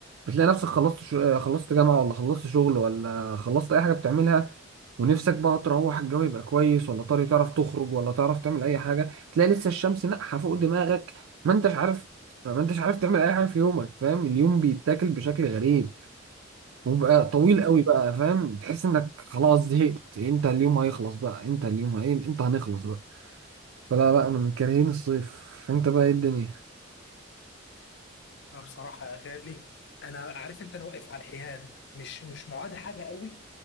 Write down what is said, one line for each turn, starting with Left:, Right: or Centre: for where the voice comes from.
Right: بتلاقي نفسك خلصت شو... خلصت جامعه ولا خلصت شغل ولا خلصت اي حاجه بتعملها ونفسك بقى تروح الجو يبقى كويس ولا طاري تعرف تخرج ولا تعرف تعمل اي حاجه تلاقي لسه الشمس ناقحه فوق دماغك ما انتش عارف ما انتش عارف تعمل اي حاجه في يومك فاهم اليوم بيتاكل بشكل غريب وبقى طويل قوي بقى فاهم تحس انك خلاص زهقت امتى اليوم هيخلص بقى امتى اليوم هي... امتى هنخلص بقى فلا لا انا من كارهين الصيف انت بقى ايه الدنيا
Left: أنا بصراحة يا غالي أنا عارف أنت أنا واقف على الحياد مش مش معادي حاجة قوي